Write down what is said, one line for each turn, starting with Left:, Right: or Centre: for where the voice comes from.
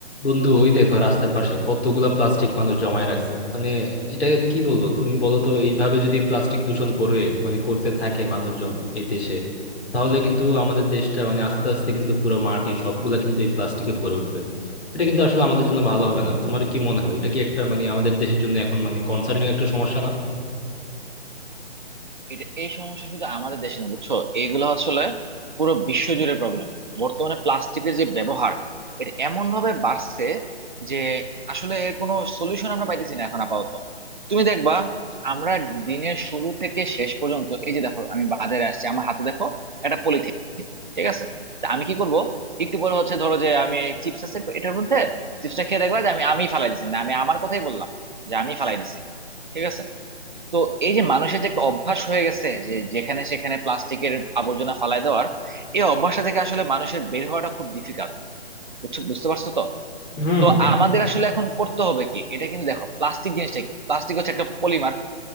Left: বন্ধু ওই দেখো রাস্তার পাশে কতগুলা প্লাস্টিক মানুষ জমায় রাখছে মানে এটা কি বলবো তুমি বলো তো এইভাবে যদি প্লাস্টিক দূষণ করে মানে করতে থাকে মানুষজন এই দেশে তাহলে কিন্তু আমাদের দেশটা মানে আস্তে আস্তে কিন্তু পুরো মাটি সবগুলা কিন্তু এই প্লাস্টিকে ভরে উঠবে এটা কিন্তু আসলে আমাদের জন্য ভালো হবে না তোমার কি মনে হয় এটা কি একটা মানে আমাদের দেশের জন্য এখন মানে কনসার্নিং একটা সমস্যা না
Right: এটা এই সমস্যা শুধু আমাদের দেশে না বুঝছো এইগুলো আসলে পুরো বিশ্বজুড়ে প্রবলেম বর্তমানে প্লাস্টিকের যে ব্যবহার এটা এমন ভাবে বাড়ছে যে আসলে এর কোনো সলিউশন আমরা পাইতেছি না এখন আপাতত তুমি দেখবা আমরা দিনের শুরু থেকে শেষ পর্যন্ত এই যে দেখো আমি বাজারে আসছি আমার হাতে দেখো একটা পলিথিন ঠিক আছে তা আমি কি করব একটু পরে হচ্ছে ধরো যে আমি চিপস আছে এটার মধ্যে চিপসটা খেয়ে দেখবা যে আমি আমি ফালাই দিছি মানে আমি আমার কথাই বললাম যে আমি ফালাই দিছি ঠিক আছে তো এই যে মানুষের যে একটা অভ্যাস হয়ে গেছে যে যেখানে সেখানে প্লাস্টিকের আবর্জনা ফালায় দেওয়ার এই অভ্যাসটা থেকে আসলে মানুষের বের হওয়াটা খুব ডিফিকাল্ট বুঝছো বুঝতে পারছো তো
Left: হুম
Right: তো
Left: হুম এ-
Right: আমাদের আসলে এখন করতে হবে কি এটা কিন্তু দেখো প্লাস্টিক জিনিসটা কি প্লাস্টিক হচ্ছে একটা পলিমার